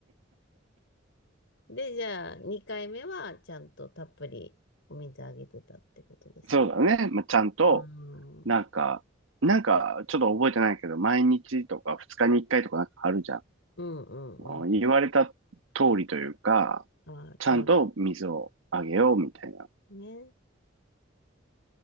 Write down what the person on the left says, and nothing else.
で、じゃあ、2回目はちゃんとたっぷりお水あげてたってことですね。
うん、
うん
うんうん。
あー、
ちゃんとね。